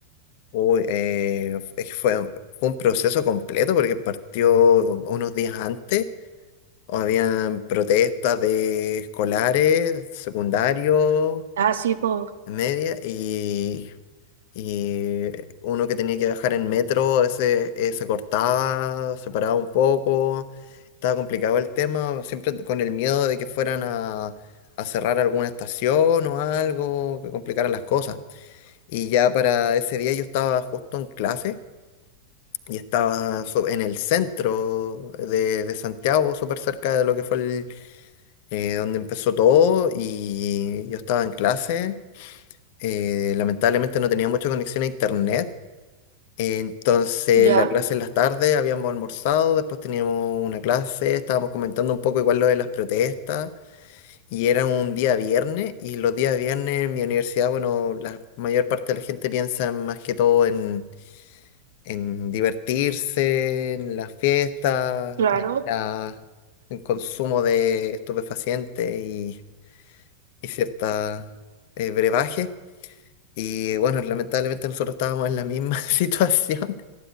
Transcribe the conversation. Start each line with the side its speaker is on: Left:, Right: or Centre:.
Left: Uy, eh, f- es que fue, fue un proceso completo porque partió unos días antes. Habían protestas de escolares, secundarios,
Right: Ah, sí, pues.
Left: media, y Y uno que tenía que viajar en metro, ese, eh, se cortaba, se paraba un poco, estaba complicado el tema, siempre con el miedo de que fueran a, a cerrar alguna estación o algo, que complicaran las cosas. Y ya para ese día yo estaba justo en clase y estaba so- en el centro de, de Santiago, súper cerca de lo que fue el, eh, donde empezó todo, y yo estaba en clase. eh, lamentablemente no tenía mucha conexión a internet entonces,
Right: Ya,
Left: la clase en las tardes, habíamos almorzado, después teníamos una clase, estábamos comentando un poco igual lo de las protestas, y era un día viernes, y los días viernes en mi universidad, bueno, la mayor parte de la gente piensa más que todo en, en divertirse, en las fiestas,
Right: claro.
Left: en ir en consumo de estupefacientes y, y cierta eh, brebaje. Y bueno, lamentablemente nosotros estábamos en la misma <laughs> situación.